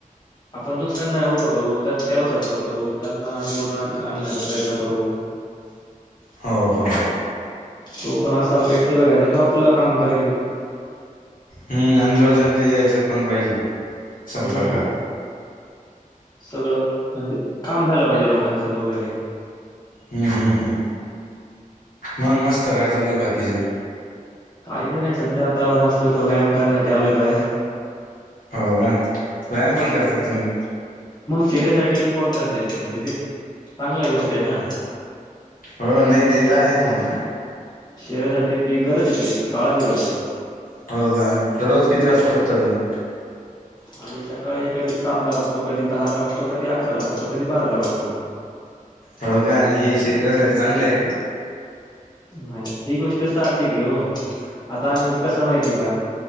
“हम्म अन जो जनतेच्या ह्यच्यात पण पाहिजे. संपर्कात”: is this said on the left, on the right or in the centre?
Left